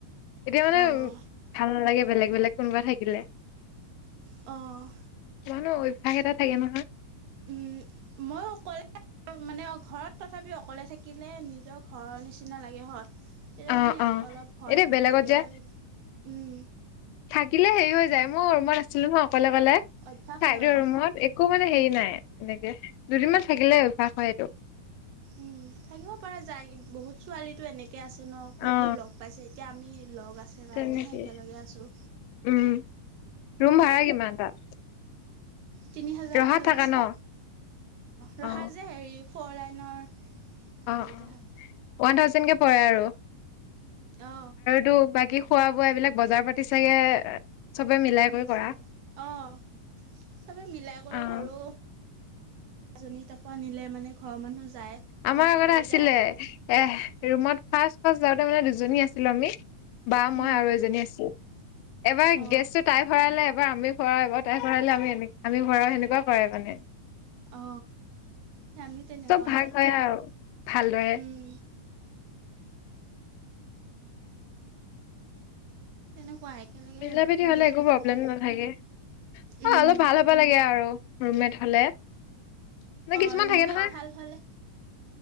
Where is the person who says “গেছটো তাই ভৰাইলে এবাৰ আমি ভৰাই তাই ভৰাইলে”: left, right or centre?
Left